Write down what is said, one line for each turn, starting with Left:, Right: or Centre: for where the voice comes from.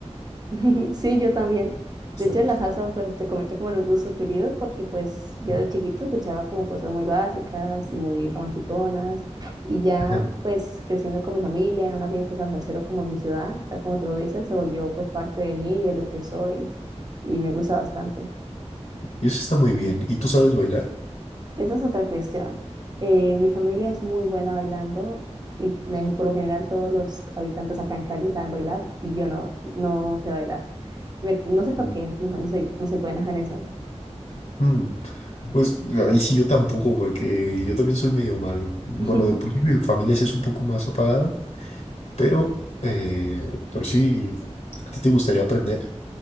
Right: <laughs> Sí, yo también.
Left: Bastante.
Right: De hecho, la salsa,
Left: <laughs>
Right: pues, te comento como en un gusto querido, porque, pues, yo
Left: Mm.
Right: de chiquito escuchaba como cosas muy básicas y muy romanticonas, y ya,
Left: Ajá.
Right: pues, creciendo con mi familia en un ambiente tan salsero como en mi ciudad, tal como tú lo dices, se volvió, pues, parte de mí, de lo que soy, y me gusta bastante.
Left: Y eso está muy bien. ¿Y tú sabes bailar?
Right: Esa es otra cuestión. Eh, mi familia es muy buena bailando, y eh, por lo general todos los habitantes acá en Cali saben bailar, y yo no, no sé bailar. Me- no sé por
Left: Mm.
Right: qué, no, no soy, no soy buena en eso.
Left: Mm, Pues ahí sí yo tampoco, porque yo también soy medio malo. Bueno,
Right: <laughs>
Left: de por sí mi familia sí es un poco más apagada, pero, eh, pero sí, ¿a ti te gustaría aprender?